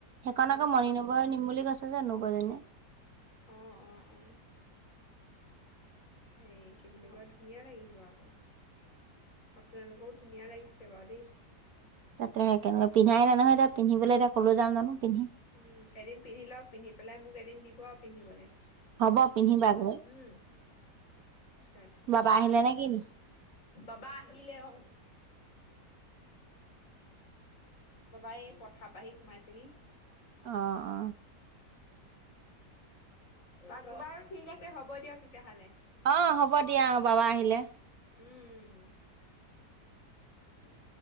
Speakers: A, on the right; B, on the left.
A: সেইখন
B: অ
A: আকৌ মণি
B: অ
A: নবৌ নিম বুলি কৈছে নোবৌজনীয়ে।
B: অ, 'অ, 'অ। হে কি বুলি কয় ধুনীয়া লাগিব আকৌ। আপোনালোকেও ধুনীয়া লাগিছে বাৰু দেই।
A: তাকে কেনেকে পিন্ধাই নে নহয় তাক পিন্ধিবলৈ এতিয়া ক'লৈ যাম জানো পিন্ধি
B: উম এদিন পিন্ধি লওক পিন্ধি পেলাই মোক এদিন দিব আৰু পিন্ধিবলৈ।
A: হ'ব পিন্ধিবাগৈ।
B: উম তাকেই।
A: বাবা আহিলে নে কিনো
B: বাবা আহিলে অ। বাবা এই পথাৰ পৰা আহি সোমাইছেহি।
A: অ, 'অ।
B: বাক বাৰু ঠিক আছে হ'ব দিয়ক তেতিয়াহ'লে।
A: অ হ'ব দিয়া অ বাবা আহিলে।
B: উম। উম।